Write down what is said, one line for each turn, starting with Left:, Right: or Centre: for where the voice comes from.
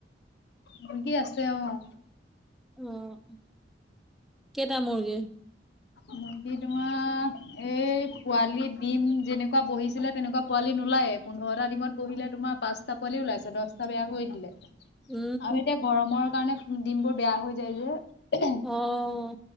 Left: মুৰ্গী আছে অ',
Centre: অঁ', কেইটা মুৰ্গী?
Left: মুৰ্গী তোমাৰ এই পোৱালি ডিম যেনেকুৱা বহিছিলে তেনেকুৱা পোৱালি নোলায়ে। পোন্ধৰটা দিমত বহিলে তোমাৰ পাঁচটা পোৱালি ওলাইছে, দহটা বেয়া কৰি দিলে।
Centre: উম।
Left: আৰু এতিয়া গৰমৰ কাৰণে ডিম বোৰ বেয়া হৈ যায় যে।
Centre: অ